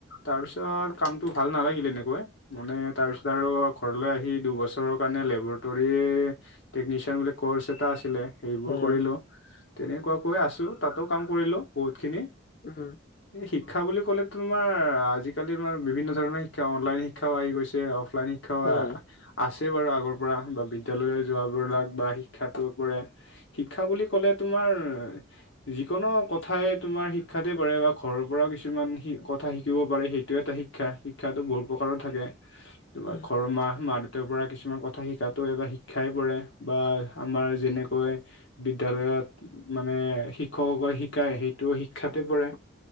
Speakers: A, on the left; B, on the left.
A: তাৰ পিছত কামটো ভাল নালাগিল এনেকৈ মানে তাৰ পিছত আৰু ঘৰলৈ আহি দুবছৰৰ কাৰণে লেবৰেটৰী টেকনিচিয়ান বুলি ক'ৰ্চ এটা আছিলে সেইবোৰ
B: হয়
A: কৰিলো
B: হয়
A: তেনেকুৱাকৈ আছো তাতো কাম কৰিলো বহুত খিনি
B: উম
A: এই শিক্ষা বুলি ক'লে তোমাৰ আজিকালি মানে বিভিন্ন ধৰণৰ শিক্ষা অনলাইন শিক্ষাও আহি গৈছে অফলাইন শিক্ষাও
B: হয়
A: আহ
B: হয়
A: আছেই বাৰু আগৰ পৰা বা বিদ্যালয়লৈ যোৱাবিলাক বা শিক্ষটো পৰে শিক্ষা বুলি ক'লে তোমাৰ যিকোনো কথাই তোমাৰ শিক্ষাতে পৰে বা ঘৰৰ পৰাও কিছুমান শি কথা শিকিব বাৰু সেইটো এটা শিক্ষা শিক্ষাটো বহুত প্ৰকাৰৰ থাকে তোমাৰ
B: হয়
A: ঘৰৰ মাহ মা তেওঁৰ পৰা কিছুমান কথা শিকাতো এটা শিক্ষাই পৰে বা আমাৰ যেনেকৈ বিদ্যালয়ত মানে শিক্ষকসকল শিকায় সেইটোও শিক্ষাতে পৰে